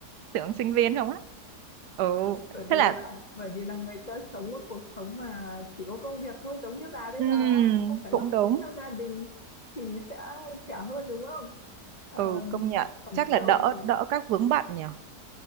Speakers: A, on the right; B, on the left.
A: tưởng sinh viên không á ừ
B: bởi vì
A: thế là
B: là bởi vì là người ta sống một cuộc sống mà chỉ có công việc thôi giống như bà bây
A: ừm,
B: giờ á không phải
A: cũng
B: lo
A: đúng
B: nghĩ cho gia đình thì sẽ trẻ hơn đúng không Ờ,
A: ừ công nhận
B: còn
A: chắc là
B: tôi
A: đỡ
B: thì
A: đỡ các vướng bận nhỉ